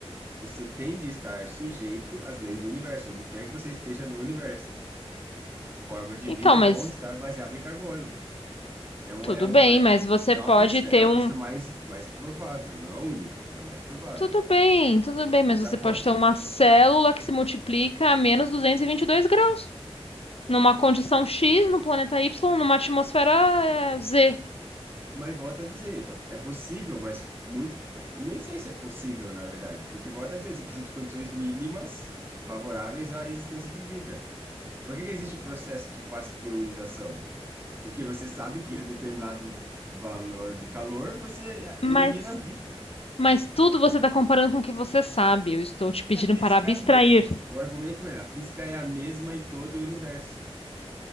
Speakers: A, on the right (about 20°); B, on the left (about 65°).
A: Você tem de estar sujeito às leis do universo, onde quer que você esteja no universo. Formas de
B: Então,
A: vida
B: mas
A: vão estar baseadas em carbono. É um,
B: tudo
A: é um,
B: bem,
A: é
B: mas você
A: é
B: pode
A: uma pista,
B: ter
A: é uma
B: um.
A: pista mais, mais provável, não é a única, mas é a mais provável.
B: Tudo bem, tudo bem, mas
A: onde
B: você
A: se aposta.
B: pode ter uma célula que se multiplica a menos duzentos e e vinte e dois graus, numa condição X, no planeta Y, numa atmosfera
A: Mas,
B: eh, Z.
A: mas volto a dizer, é possível, mas muito. Nem sei se é possível, na verdade, porque volto a dizer, você precisa de condições mínimas favoráveis à existência de vida. Por que que existe o processo de pasteurização? Porque você sabe que a determinado valor de calor você elimina
B: Mas,
A: a vida.
B: mas tudo você está comparando com o que você sabe. Eu estou te
A: Porque
B: pedindo
A: a física
B: para abstrair.
A: é a mesma. O argumento é, a física é a mesma em todo o universo.